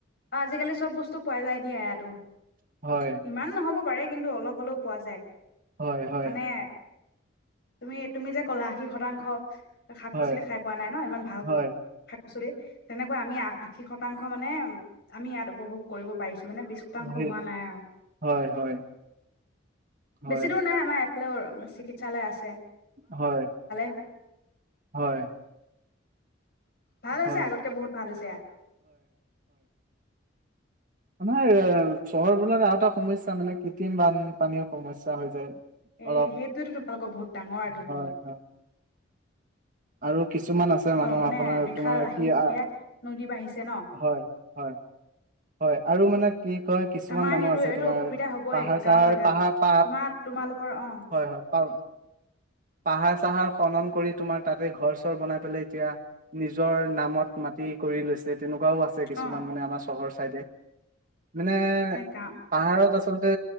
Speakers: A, on the left; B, on the right.
A: অ আজিকালি চব বস্তু পোৱা যাই দিয়া ইয়াতো
B: হয়
A: ইমান নহব। পাৰে কিন্তু অলপ হলেও পোৱা যায়।
B: হয় হয়।
A: মানে তুমি তুমি যে কলা আশী শতাংশ শাক
B: হয়
A: পাচলি খাই পোৱা নাই ন ইমান ভাল
B: হয়,
A: শাক পাচলি। তেনেকৈ আমি আহ। আশী শতাংশ মানে, আমি ইয়াত উপভোগ কৰিব। পাৰিছো মানে বিছ শতাংশ
B: সেই
A: হোৱা নাই আৰু
B: হয়, হয়, হয়,
A: বেছি দূৰ নাই আমাৰ এইফালৰ চিকিৎসালয় আছে।
B: হয়
A: হয়
B: হয়।
A: ভাল হৈছে
B: হয়,
A: আগতকে বহুত ভাল হৈছে ইয়াত,
B: মানে এ চহৰবোৰত আৰু এটা সমস্যা মানে কৃত্ৰিম বানপানীৰ সমস্যা হৈ যায়।
A: এ
B: অলপ
A: সেইটোয়েতো তোমালোকৰ বহুত ডাঙৰ এটো
B: হয়,
A: বুট।
B: হয় আৰু কিছুমান আছে মানুহ
A: মানে
B: আপোনাৰ
A: বিশাল
B: তোমাৰ
A: আহিলেহে
B: কি আ
A: নদী বাঢ়িছে ন
B: হয় হয় হয় আৰু মানে কি কয় কিছুমান
A: আমাৰ
B: মানুহ
A: সেইটো
B: আছে
A: এইটো
B: তোমাৰ
A: অসুবিধা হবই
B: পাহাৰ
A: গাঁওৰ
B: চাহাৰ
A: জেগা
B: পাহাৰ পা
A: তোমাৰ তোমালোকৰ অ
B: হয় হয় পাম পাহাৰ চাহাৰ খনন কৰি তোমাৰ তাতে ঘৰ চৰ বনাই পেলাই এতিয়া নিজৰ নামত মাটি কৰি লৈছে তেনেকুৱা। তেনেকুৱাও আছে কিছুমান
A: অ
B: মানে আমাৰ চহৰ। খাই দে মানে
A: এ গাওঁ
B: পাহাৰত আছে। আচলতে